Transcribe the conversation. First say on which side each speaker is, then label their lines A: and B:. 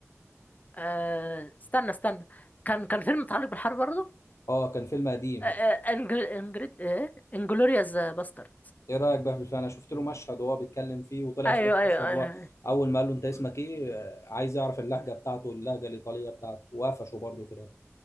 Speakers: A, on the left; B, on the left.
A: آه، استنى استنى كان كان فيلم متعلق بالحرب برضه
B: اه كان فيلم قديم
A: آه، آه، انجل انجريد ايه انجلوريوس باسترد
B: ايه رايك بقى في الفيلم انا شفت له مشهد وهو بيتكلم فيه وطلع
A: ايوه
B: في الاخر
A: ايوه
B: اصلا هو
A: ايوه
B: اول ما قال له انت اسمك ايه آه، عايز يعرف اللهجه بتاعته اللهجه الايطاليه بتاعته وقفشه برضه في الاخر